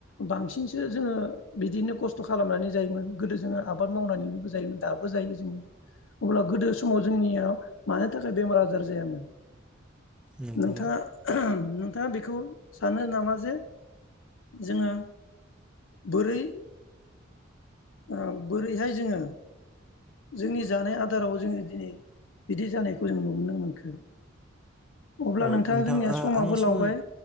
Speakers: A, on the left; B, in the centre.
A: बांसिनसो जोङो बिदिनो खस्थ' खालामनानै जायोमोन गोदो जोङो आबाद मावनानैबो जायोमोन दाबो जायो जोङो अब्ला गोदो समाव जोंनिया मानो थाखाय बेमार आजार जायामोन
B: नंगौ
A: नोंथाङा
B: नंगौ
A: नोंथाङा बे खौ सानो नामा जे जोङो बोरै ओ बोरैहाय जोङो जोंनि जानाय आदाराव जोङो दिनै बिदि जानायखौ जों नुनो मोनखो अब्ला
B: औ
A: नोंथां जोंनिया
B: ओ
A: समाबो
B: आं सम
A: लावबाय